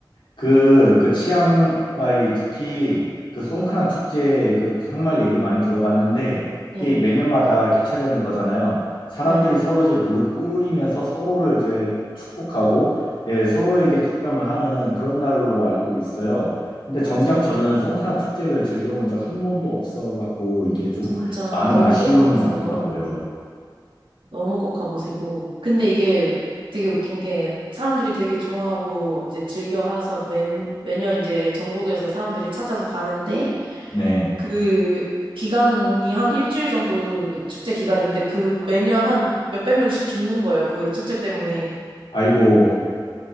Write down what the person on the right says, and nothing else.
네,
네
맞아요.
진짜
너무
꼭 가보세요.
너무. 너무 꼭 가보시고. 근데 이게 되게 웃긴 게 사람들이 되게 좋아하고 이제 즐겨 해서 매, 매년 이제 전국에서 사람들이 찾아서 가는데
그 기간이 한 일주일 정도 축제 기간인데 그 매년 한 몇백 명씩 죽는 거예요. 그 축제 때문에.